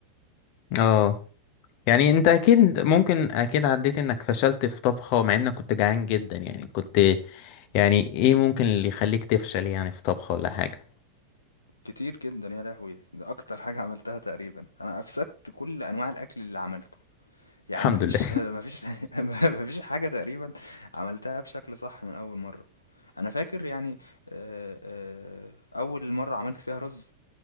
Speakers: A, on the left; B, on the left.
A: اه يعني انت اكيد ممكن اكيد عديت انك فشلت في طبخة مع انك كنت جعان جدا يعني كنت يعني ايه ممكن اللي يخليك تفشل يعني في طبخة ولا حاجة
B: كتير جدا يا لهوي ده اكتر حاجة عملتها تقريبا انا افسدت كل انواع الاكل اللي عملته يعني
A: الحمد
B: مفيش
A: لله
B: <laughs> مفيش <laughs> مفيش حاجة تقريبا عملتها بشكل صح من اول مرة انا فاكر يعني آه، آه، اول مرة عملت فيها رز